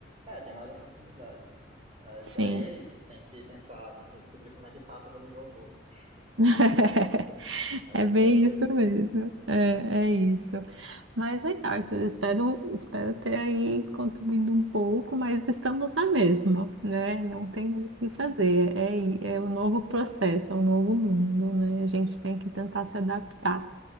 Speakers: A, on the right (about 30°); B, on the right (about 80°).
A: É, tem mais oportunidades, né? Aí,
B: Sim.
A: aí é isso, tem que tentar, tem que descobrir como é que passa pelos robôs. <laughs>
B: <laughs>
A: Essa
B: É bem
A: que é a questão.
B: isso mesmo. É, é isso. Mas, mas, Arthur, espero, espero ter aí contribuído um pouco, mas estamos na mesma, né? Não tem muito
A: Sim,
B: o que fazer. É, i- é o novo processo, é o novo mundo, né? A gente tem que tentar se adaptar.